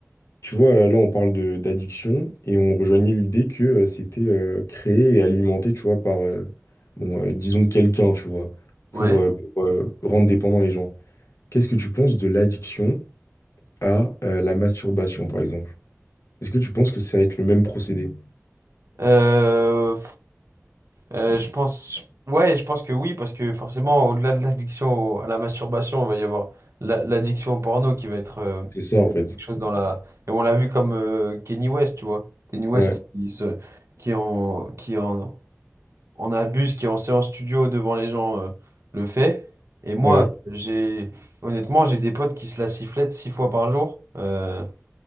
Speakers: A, on the left; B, on the right.
A: Tu vois, euh, là, on parle de d'addiction et on rejoignait l'idée que euh, c'était euh, créé et alimenté, tu vois, par, euh, bon, euh, disons, quelqu'un, tu vois,
B: Ouais.
A: pour, euh, pour, euh, rendre dépendant les gens. Qu'est-ce que tu penses de l'addiction à euh, la masturbation, par exemple? Est-ce que tu penses que ça va être le même procédé?
B: Euh, Euh, je pense, ouais, je pense que oui, parce que forcément, au-delà de l'addiction au- à la masturbation, il va y avoir la- l'addiction au porno qui va être euh,
A: C'est ça, en
B: quelque
A: fait.
B: chose dans la. Et on l'a vu comme euh, Kanye West, tu vois. Kanye West
A: Ouais,
B: qui se, qui en, qui en, en abuse, qui en séance studio devant les gens euh, le fait. Et moi,
A: ouais.
B: j'ai, honnêtement, j'ai des potes qui se la sifflettent six fois par jour, euh,